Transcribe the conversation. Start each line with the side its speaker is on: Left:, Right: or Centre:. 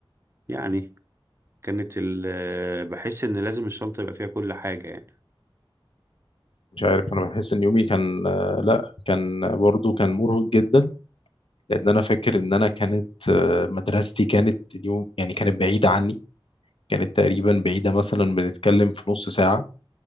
Right: يعني كانت ال بحس إن لازم الشنطة يبقى فيها كل حاجة يعني
Left: مش عارف انا بحس ان يومي كان آه، لا كان برضو كان مرهق جدا لان انا فاكر ان انا كانت آه، مدرستي كانت اليوم يعني كانت بعيده عني كانت تقريبا بعيده مثلا بنتكلم في نص ساعه